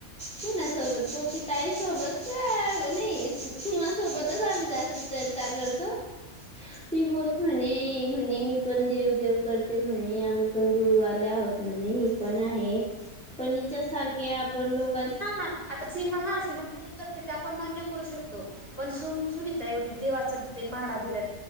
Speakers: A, in the centre; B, on the right.
A: कुणासोबत कोकिताईसोबत नाही सीमा सोबतच आम्ही जास्त तर करतो ती बोल म्हणे म्हणे मी पण देव देव करते म्हणे आम्ही पण गुरुवाले आहोत म्हणे ही पण आहे पण हच्या सारखे आपण लोक
B: हा आता सीमा हा सीमा काही करते ते आपण मान्य करू शकतो पण सु सुनीत एवढे देवाच ते माडा भिडा